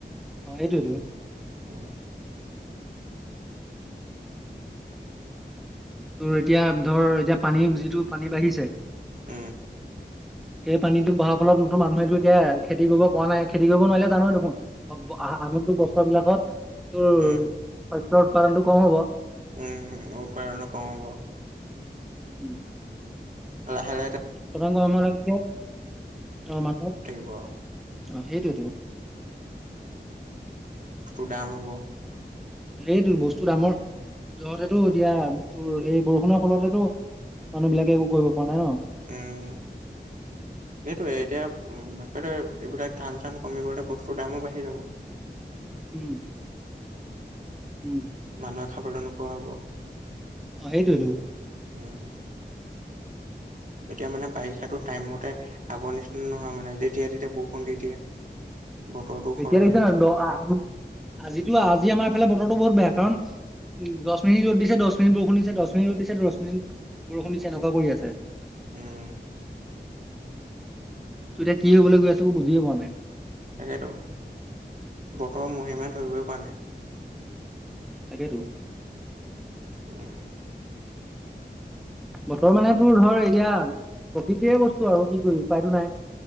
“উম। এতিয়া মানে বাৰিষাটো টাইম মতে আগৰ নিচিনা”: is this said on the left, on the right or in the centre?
Right